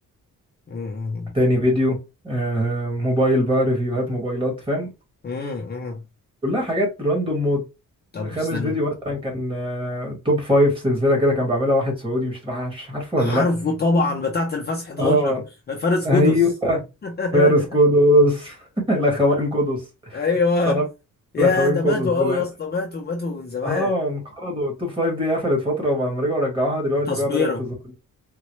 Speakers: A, on the left (about 30°); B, on the right (about 15°).
A: أمم،
B: تاني فيديو آه، موبايل بقى ريفيوهات موبايلات فاهم
A: أمم، أمم.
B: كلها حاجات راندوم موت
A: طب
B: خامس
A: استنى
B: فيديو مثلا كان آه، توب فايف سلسله كده كان بيعملها واحد سعودي مش مش عارفه ولا
A: عارفه
B: لا
A: طبعا بتاعة الفاس 11
B: اه
A: فارس
B: ايوه
A: جدس <laughs>
B: فارس قدس <laughs> الاخوان قدس
A: ايوه
B: قناه
A: يا
B: الاخوان
A: ده
B: قدس
A: ماتوا
B: دلوقتي
A: قوي يا اسطى ماتوا ماتوا من زمان
B: اه انقرضوا التوب فايف دي قفلت فتره وبعد رجعوا رجعوها دلوقتي
A: تصبيره
B: بقى بدات تظهر